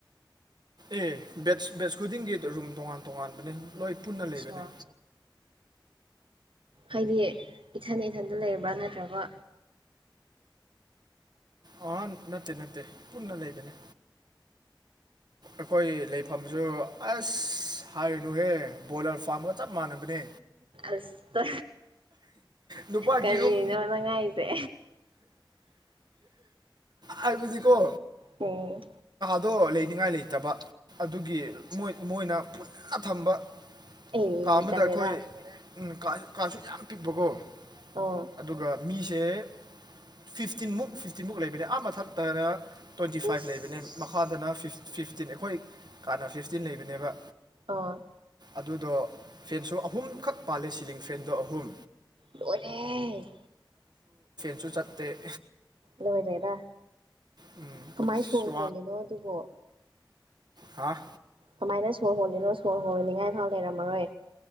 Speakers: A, on the right; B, on the right.
A: ꯑꯦ ꯕꯦꯠ ꯕꯦꯠꯁ ꯈꯨꯗꯤꯡꯒꯤ ꯔꯨꯝ ꯇꯣꯉꯥꯟ ꯇꯣꯉꯥꯟꯕꯅꯤ ꯂꯣꯏ ꯄꯨꯟꯅ
B: ꯑꯠꯁꯥ
A: ꯂꯩꯕꯅꯦ
B: ꯍꯥꯏꯗꯤ ꯏꯊꯟ ꯏꯊꯟꯗ ꯂꯩꯕ꯭ꯔꯥ ꯅꯠꯇ꯭ꯔꯒ
A: ꯑ ꯅꯠꯇꯦ ꯅꯠꯇꯦ ꯄꯨꯟꯅ ꯂꯩꯕꯅꯤ ꯑꯩꯈꯣꯏ ꯂꯩꯐꯝꯁꯨ ꯑꯁ ꯍꯥꯏꯔꯤꯨꯅꯨꯍꯦ ꯕꯣꯏꯂꯔ ꯐꯥꯔꯝꯒ ꯆꯞ ꯃꯥꯟꯅꯕꯅꯦ
B: ꯑꯁ
A: ꯅꯨꯄꯥꯒꯤ
B: ꯀꯕꯤꯅꯅꯉꯥꯏꯁꯦ
A: ꯔꯨꯝ ꯍꯥꯏꯕꯨꯗꯤꯀꯣ
B: ꯎꯝ
A: ꯑꯗꯣ ꯂꯩꯅꯤꯡꯉꯥꯏ ꯂꯩꯇꯕ ꯑꯗꯨꯒꯤ ꯃꯣꯏꯅ ꯄꯨꯟꯅ ꯊꯝꯕ
B: ꯑꯩ
A: ꯀꯥ ꯑꯃꯗ
B: ꯇꯜꯂꯦꯗ
A: ꯑꯩꯈꯣꯏ ꯎ ꯀꯥꯁꯨ ꯌꯥꯝ ꯄꯤꯛꯄꯀꯣ
B: ꯑꯣ
A: ꯑꯗꯨꯒ ꯃꯤꯁꯦ ꯐꯤꯐꯇꯤꯟꯃꯨꯛ ꯐꯤꯐꯇꯤꯟꯃꯨꯛ ꯂꯩꯕꯅꯦ ꯑ ꯃꯊꯛꯇꯅ ꯇ꯭ꯋꯦꯟꯇꯤ ꯐꯥꯏꯚ
B: ꯏꯁ
A: ꯂꯩꯕꯅꯦ ꯃꯈꯥꯗꯅ ꯐꯤꯐꯇꯤꯟ ꯑꯩꯈꯣꯏ ꯀꯥꯟꯅ ꯐꯤꯐꯇꯤꯟ ꯂꯩꯕꯅꯦꯕ
B: ꯑ
A: ꯑꯗꯨꯗꯣ ꯐꯦꯟꯁꯨ ꯑꯍꯨꯝꯈꯛ ꯄꯥꯜꯂꯦ ꯁꯤꯂꯤꯡ ꯐꯦꯟꯗꯣ ꯑꯍꯨꯝ
B: ꯂꯣꯏꯔꯦ ꯍꯦ
A: ꯁꯨ ꯆꯠꯇꯦ
B: ꯂꯣꯏꯔꯦꯗ
A: ꯎꯝ
B: ꯀꯃꯥꯏ
A: ꯑꯁ
B: ꯁꯣꯔ ꯍꯣꯜꯂꯤꯅꯣ ꯑꯗꯨꯕꯣ
A: ꯍꯥꯥ
B: ꯀꯃꯥꯏꯅ ꯁꯣꯔ ꯍꯣꯜꯂꯤꯅꯣ ꯁꯣꯔ ꯍꯣꯅꯤꯡꯉꯥꯏꯐꯥꯎ ꯂꯩꯔꯝꯃꯔꯣꯏ